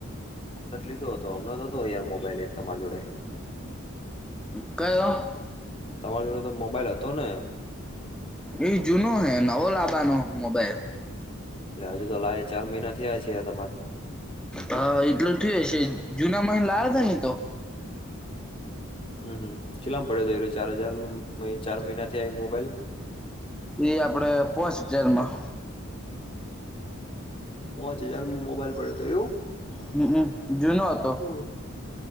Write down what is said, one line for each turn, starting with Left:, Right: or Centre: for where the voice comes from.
Left: હમણાં જ લીધો હતો હમણાં જ હતો યાર મોબાઈલ એક તમાર જોડે.
Centre: કલો?
Left: તમારી જોડે તો મોબાઈલ હતો ને.
Centre: એ જૂનો હૈ નવો લાબાનો મોબાઈલ.
Left: એટલે હજુ તો લા ચાર મહિના થયા છે તમારા.
Centre: હા એટલ થઈ હશે જુના મહિ લાવયા હતા ને તો.
Left: હમ હમ કેટલામ પડ્યો હતો એ ચાર હજાર ચાર મહિનાથી આ મોબાઈલ.
Centre: ઈ આપડે પોસ્ટ જેલમાં.
Left: પોચ હજાર મોબાઈલ પડ્યો હતો એવું.
Centre: હમમ જૂનો હતો.
Left: ઓહ